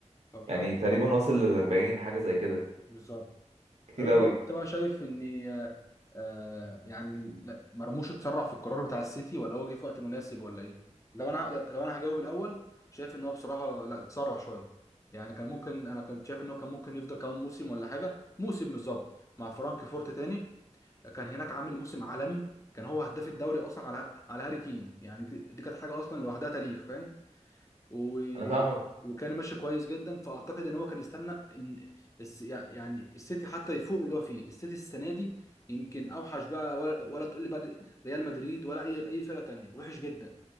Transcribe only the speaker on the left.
طب
حلو
بالظبط
طب انت
انت بقى شايف ان آه آه، يعني لا- مرموش اتسرع في القرار بتاع السيتي ولا هو جه في وقت مناسب ولا ايه؟ لو انا لو انا هجاوب الاول شايف ان هو بصراحه لا اتسرع شويه يعني كان ممكن انا كنت شايف ان هو كان ممكن يفضل كمان موسم ولا حاجه موسم بالظبط مع فرانك فورت تاني كان هناك عامل موسم عالمي كان هو هداف الدوري اصلا على على هاري كين يعني دي كانت حاجه اصلا لوحدها تاريخ فاهم و...
وكان ماشي كويس جدا فاعتقد ان هو كان استنى إن- الس... يعني السيتي حتى يفوق من اللي هو فيه السيتي السنه دي يمكن اوحش بقى ولا, ولا تقول لي بقى ريال مدريد ولا اي اي فرقه تانية وحش جدا